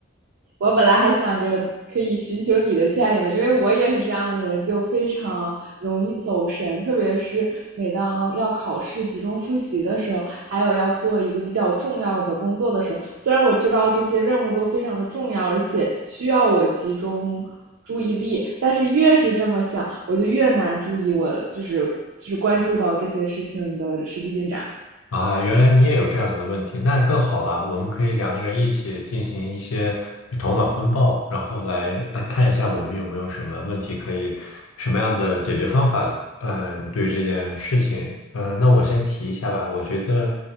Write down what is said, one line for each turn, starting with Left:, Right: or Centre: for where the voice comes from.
Right: 我本来还想着可以寻求你的建议呢，因为我也是这样的人，就非常容易走神，特别是每当要考试集中复习的时候，还有要做一个比较重要的工作的时候，虽然我知道这些任务都非常的重要，而且需要我集中注意力，但是越是这么想，我就越难注意我就是就是关注到这些事情的实际进展。
Left: 啊，原来你也有这样子的问题，那更好了。我们可以两个人一起进行一些头脑风暴，然后来呃看一下我们有没有什么问题可以，什么样的解决方法。嗯、对于这件事情，嗯，那我先提一下吧。我觉得，